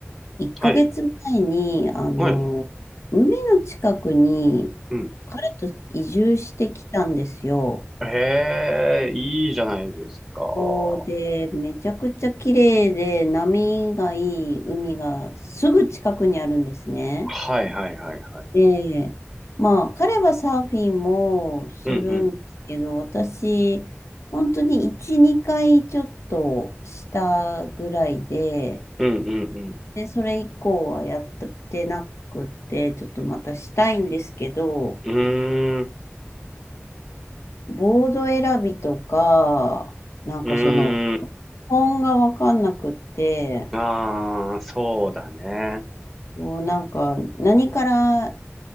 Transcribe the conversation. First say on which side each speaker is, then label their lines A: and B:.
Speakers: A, on the left (about 75°); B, in the centre.
A: 1ヶ月前に、
B: はい。
A: あの、
B: はい。
A: 海の近くに
B: うん。
A: 彼と移住してきたんですよ。
B: ええ、いいじゃないですか。は
A: そうで、めちゃくちゃ綺麗で波がいい海がすぐ近くにあるんですね。
B: いはいはいはい。
A: で、まあ、彼はサーフィンもするんですけど、
B: うん
A: 私、本当に1、2回ちょっとしたぐらいで、
B: うん。うんうん
A: で、それ以降はやってなくて、ちょっとまたしたいんですけど、
B: うん。うーん。
A: ボード選びとか、なんかその、
B: うーん。
A: 本がわかんなくって、
B: ああ、そうだね。
A: もうなんか、何から